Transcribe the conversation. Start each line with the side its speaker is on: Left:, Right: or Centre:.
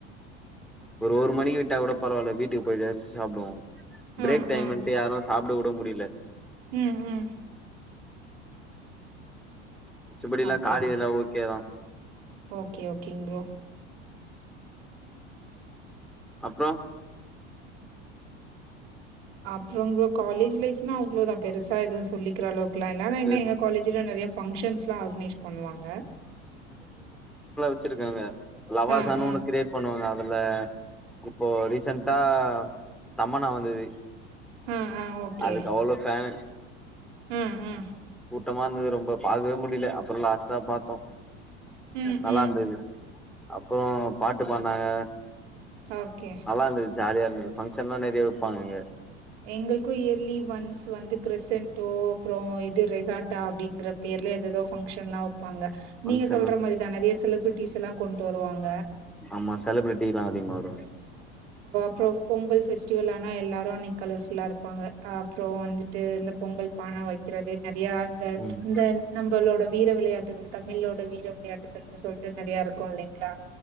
Centre: ஒரு ஒரு மணிக்கு விட்டா கூட பரவால்ல வீட்டுக்கு போய்யாச்சு சாப்டுவோ பிரேக்
Right: ம்,
Centre: டைமுன்ட்டு
Right: ம்,
Centre: யாரு சாப்ட கூட முடியல
Right: ம் ம்
Centre: மிச்சபடி எல்லா
Right: ஓகே.
Centre: காடு இதெல்லா ஓகேதா
Right: ஓகே ஓகேங் ப்ரோ
Centre: அப்றோ
Right: அப்றோ ப்ரோ காலேஜ் லைஃப்னா அவ்ளோதா பெருசா எது சொல்லிக்கிற அளவு இருக்கலா இல்லனா என்ன
Centre: எஸ்
Right: எங்க காலேஜ்ல நெறயா ஃபங்க்ஷன்ஸ் எல்லா ஆர்கனைஸ் பண்ணுவாங்க
Centre: வெச்சிருக்காங்க லவாசான
Right: ஆ, ஆ,
Centre: ஒன்னு கிரியேட் பண்ணுவாங்க அதுல இப்போ ரீசன்டா தம்மனா வந்தது
Right: ஆ, ஆ, ஓகே.
Centre: அதுக்கு அவ்ளோ ஃபேனு
Right: ம், ம்,
Centre: சுட்டமா இருந்தது ரொம்ப பாக்வே முடில அப்றோ லாஸ்ட்டா பாத்தோ
Right: ம்,
Centre: நல்லா
Right: ம்.
Centre: இருந்தது அப்றோ பாட்டு பாடுனாங்க
Right: ஓகே.
Centre: நல்லா இருந்துச் ஜாலியா இருந்து ஃபங்க்ஷன்ல்லா நெறய வெப்பாங்க அங்க
Right: எங்களுக்கு இயர்லி ஒன்ஸ் வந்து கிரிசன்டோ அப்றோ இது ரெகாட்டா அப்டிங்கிற பேர்ல எதெதோ ஃபங்க்ஷன் எல்லா ப்பாங்க
Centre: ஃபங்க்ஷன்லா
Right: நீங்க சொல்ற மாரிதா நெறய செலிபிரிட்டிஸ் எல்லா கொண்டு வருவாங்க
Centre: ஆமா செலிபிரிட்டி எல்லா அதிகமா வருவாங்க
Right: ப்றோ பொங்கல் ஃபஸ்டிவல்னா எல்லாரு அனை கலர் ஃபுல்லா இருப்பாங்க அப்றோ வந்துட்டு அந்த பொங்கல் பான வெக்கிறது நெறயா இந்த
Centre: ம்
Right: இந்த நம்மளோட வீர விளையாட்டுகள் தமிழ் ஓட வீர விளையாட்டுகள்ன்னு சொல்ட்டு நெறயா இருக்கு இல்லைங்ளா